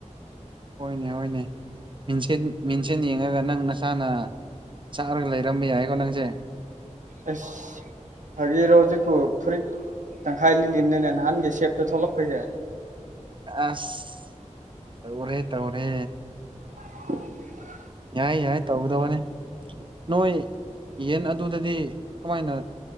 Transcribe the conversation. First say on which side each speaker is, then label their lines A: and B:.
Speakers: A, on the right; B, on the right.
A: ꯍꯣꯏꯅꯦ ꯍꯣꯏꯅꯦ ꯁꯤꯆꯦ ꯌꯦꯡꯉꯒ ꯅꯪ ꯅꯁꯥꯅ ꯆꯥꯛꯔꯒ ꯂꯩꯔꯝꯕ ꯌꯥꯏꯀꯣ ꯅꯪꯁꯦ
B: ꯑꯦꯁ ꯐꯒꯤꯔꯣꯖꯤꯦꯀꯣ ꯐꯔꯤ ꯇꯪꯈꯥꯏ ꯂꯤꯜꯂꯤꯅꯦꯅꯦ ꯅꯍꯥꯟꯒꯤ ꯁꯦꯞꯇꯣ ꯊꯣꯛꯂꯛꯄꯩꯁꯦ
A: ꯑꯁ ꯇꯧꯔꯦ ꯇꯧꯔꯦ
B: <inaudible>
A: ꯌꯥꯏ ꯌꯥꯏ ꯇꯧꯒꯗꯕꯅꯤ ꯅꯣꯏ ꯌꯦꯟ ꯑꯗꯨꯗꯗꯤ ꯀꯃꯥꯏꯅ